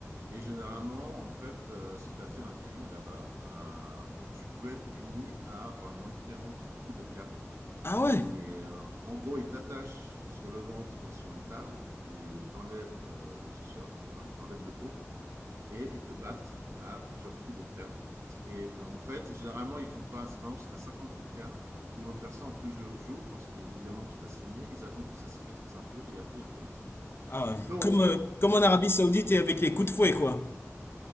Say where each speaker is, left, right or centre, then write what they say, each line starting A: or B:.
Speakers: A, on the right (about 65°); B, on the left (about 50°).
A: Et généralement, en fait, euh, si tu as fait un crime là-bas, euh, on- tu peux être puni à, par exemple, 40 coups de canne.
B: Ah ouais.
A: Et euh, en gros, ils t'attachent sur le ventre sur une table et ils t'enlèvent euh, le t-shirt, enfin, ils t'enlèvent le haut et ils te battent à plusieurs coups de canne. Et euh, en fait, généralement, ils font pas, par exemple, si tu as 50 coups de canne, ils vont te faire ça en plusieurs jours parce que, évidemment, tu vas saigner. Ils attendent que ça cicatrise un peu et après, ils recommencent.
B: Ah ouais.
A: Donc,
B: Comme, euh,
A: euh,
B: comme en Arabie Saoudite et avec les coups de fouet, quoi.